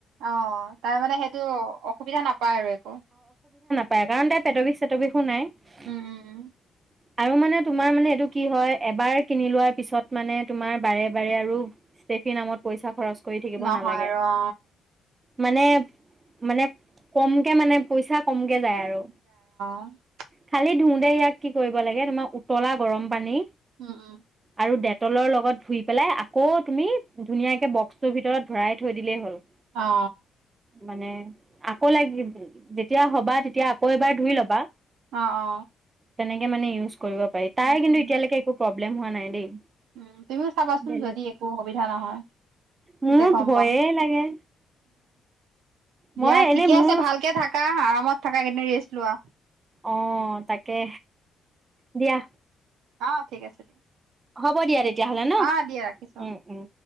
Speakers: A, on the right; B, on the right.
A: অ', তাই মানে সেইটো অসুবিধা নাপায় আৰু একো।
B: পায় কাৰণ তাত পেট বিষ চেট বিষো নাই।
A: উম উম উম
B: <inaudible> আৰু মানে তোমাৰ মানে এইটো। কি হয় এবাৰ কিনি লোৱাৰ পিছত মানে তোমাৰ বাৰে বাৰে আৰু, ষ্টেফি নামত পইচা খৰচ কৰি থাকিব
A: নহয়
B: নালাগে।
A: আৰু অ
B: মানে, মানে কমকে মানে পইচা কম। কে যায় আৰু
A: <unintelligible>
B: খালি ধুওতে ইয়াক কি কৰিব লাগে তোমাৰ উতলা গৰম পানী
A: উম, উম।
B: আৰু ডেটলৰ লগত ধুই পেলাই আকৌ তুমি ধুনীয়াকে বক্সটোৰ ভিতৰত ভৰাই থৈ দিলেই হ'ল।
A: অ'।
B: মানে, আকৌ লাগি যেতিয়া হ'বা তেতিয়া আকৌ এবাৰ ধুই লবা,
A: অ অ
B: তেনে মানে ইউজ কৰিব পাৰি তাই
A: উম
B: কিন্তু
A: উম
B: এতিয়ালৈকে একো প্ৰ প্ৰব্লেম হোৱা নাই দেই।
A: উম, তুমিও চাবাচোন
B: বেলেগ
A: যদি একো অসুবিধা নহয়, তেতিয়া
B: মোৰ
A: গম
B: ভয়ে
A: পাম।
B: লাগে
A: দিয়া
B: মই এনে
A: ঠিকে
B: মোৰ
A: আছে ভালকে থাকা আ কামত থাকা কিন্ত ৰেষ্ট লোৱা।
B: অ', তাকে, দিয়া।
A: অ', ঠিক আছে।
B: হ'ব দিয়া তেতিয়াহ'লে ন?
A: অ দিয়া ৰাখিছো
B: উম,
A: অ
B: উম।